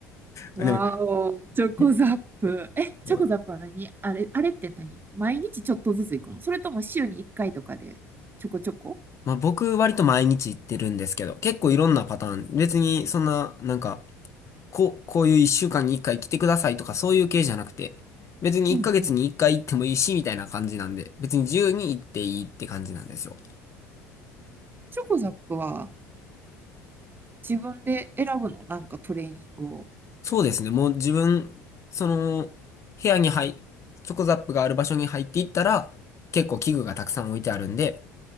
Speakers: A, on the right; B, on the left.
A: わーおチョコザップ。
B: あでも、ね
A: え、チョコザップは何あれ、
B: うん
A: あれって何毎日ちょっとずつ行くのそれとも週に1回とかで、ちょこちょこ
B: まあ僕割と毎日行ってるんですけど、結構いろんなパターン、別にそんな、なんか、こう、こういう一週間に一回来てくださいとかそういう系じゃなくて、別に一ヶ月に一回行ってもいいし、
A: うんうん。
B: みたいな感じなんで、別に自由に行っていいって感じなんですよ。
A: チョコザップは、自分で選ぶの、なんかトレーニングを。
B: そうですね、もう自分、その、部屋に入、チョコザップがある場所に入っていったら、結構器具がたくさん置いてあるんで、